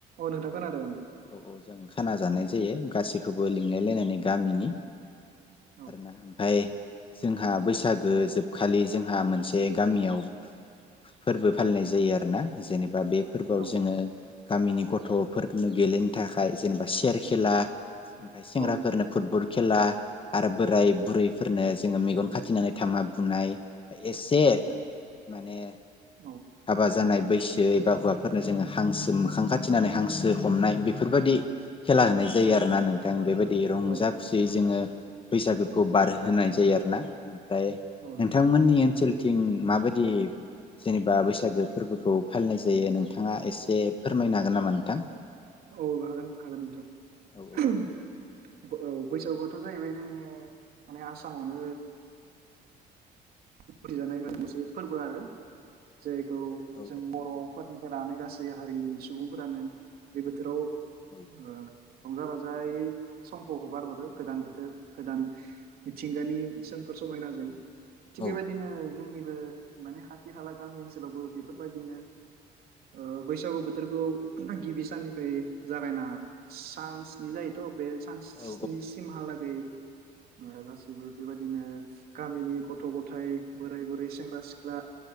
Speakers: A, on the right; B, on the left.
A: अ नोंथां खोनादो।
B: औ औ जों खाना जानाय जायो गासैखौबो लिंलाय लायनानै गामिनि
A: औ
B: आरोना ओमफाय जोंहा बैसागो जोबखालि जोंहा मोनसे गामियाव फोरबो फालिनाय जायो आरोना जेने बा बे फोरबोआव
A: औ
B: जोङो गामिनि गथफोर नो गेलेनो थाखाय जेनोबा चेयार खेला ओमफाय सेंग्राफोरनो
A: औ
B: फुटबल खेला आरो बोराय बुरैफोरनो जोङो मेगन खाथेनानै धामा बुनाय एसे माने
A: औ
B: हाबा जानाय बैसो एबा हौवाफोरनो जोङो हांसो मोखां खाथिनानै हांस हमनाय बेफोरबादि खेला होनाय जायो
A: औ
B: आरोना नोंथां बेबादि रंजा
A: औ
B: खुसियै जोङो बैसागोखौ बार होनोनाय जायो आरो ना। ओमफ्राय
A: नोंथां
B: नोंथांमोननि ओनसोल थिं माबायदि जेनोबा बैसागो फोरबोखौ फालिनाय जायो नोंथाङा एसे फोरमायनो हागोन नामा नोंथां?
A: औ हागोन हागोन नोंथां।
B: औ
A: <inaudible> औ बैसागुयाथ' जाहैबाय जोंनि माने आसामावनो <unintelligible> मोनसे फोरबो आरो जायखौ
B: औ
A: जों बर'फोर फोरानो गासै हारिनि सुबुंफोरानो बे बोथोराव ओ।
B: औ
A: रंजा बाजायै समखौ हगार हरो गोदान बोथोर गोदान मिथिंगानि सोमखोर समायना जों थिग
B: औ
A: बेबायदिनो जोंनिबो माने खाथि खाला गामि ओनसोलावबो बेफोरबायदिनो ओ बैसागु बोथोरखौ गिबि साननिफ्राय जागायना सान स्नि जायोथ' बे स चान्सनि
B: औ
A: सिमहालागै। ओ गासैबो बेबायदिनो गामिनि ग' थ' गथाय बोराय बुरै सेंग्रा सिख्ला